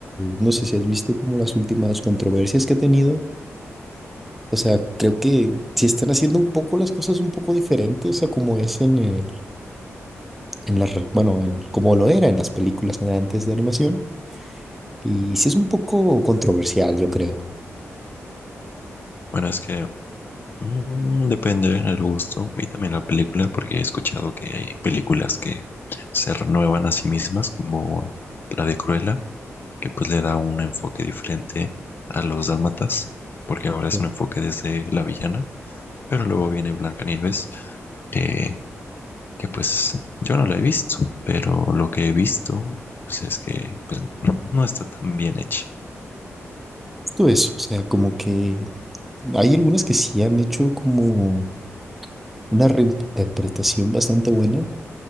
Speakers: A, in the centre; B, on the left.
A: no sé si has visto como las últimas controversias que ha tenido. O sea, creo que si están haciendo un poco las cosas un poco diferentes a como es en el, en las, re- bueno, en, como lo era en las películas de antes de animación. Y sí es un poco controversial, yo creo.
B: Bueno, es que mm, depende del gusto y también la película, porque he escuchado que hay películas que se renuevan a sí mismas, como la de Cruella, que pues le da un enfoque diferente a los dálmatas, porque ahora es
A: Sí.
B: un enfoque desde la villana, pero luego viene Blancanieves, que, que pues yo no la he visto, pero lo que he visto pues es que pues, no está tan bien hecha.
A: Todo eso, o sea, como que hay algunas que sí han hecho como una reinterpretación bastante buena,